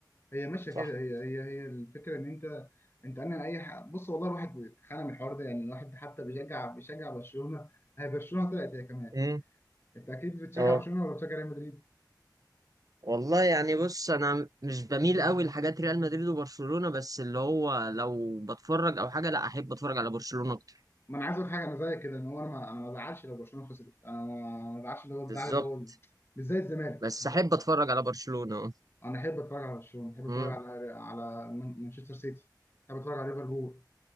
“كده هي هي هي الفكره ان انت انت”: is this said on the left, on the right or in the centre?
Left